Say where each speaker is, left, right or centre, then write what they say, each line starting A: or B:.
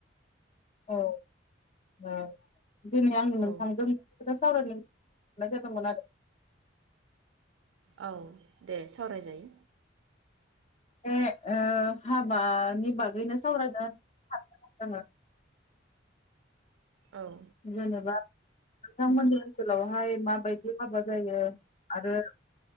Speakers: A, on the left (about 35°); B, on the right (about 80°).
A: औ ओं दिनै आं नोंथांजों
B: औ
A: खोथा सावरायनो नाय जादोंमोन आरो
B: औ दे सावरायजायो
A: बे ओ हाबानि बागैनो सावरायनो सानदों जोङो
B: औ
A: जेनेबा नोंथांमोननि ओनसोलावहाय माबायदि हाबा जायो आरो